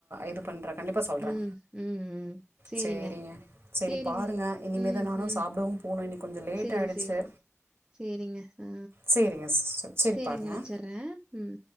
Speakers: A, on the right (about 50°); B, on the right (about 15°).
A: இது பண்றே கண்டிப்பா சொல்றே
B: ம். ம் ம் சரிங்க,
A: சேரிங்க சரி
B: சரிங்க.
A: பாருங்க இனிமே
B: ம்.
A: தா நானு
B: ம்.
A: சாப்டவு போனு இன்னிக்கு கொஞ்ச லேட்
B: சரி,
A: ஆயிடுச்சு
B: சரி. சேரிங்க. ஆ.
A: சேரிங்க சிஸ்டர் சரி
B: சேரிங்க
A: பாருங்க
B: வச்சர்றேன். ம்.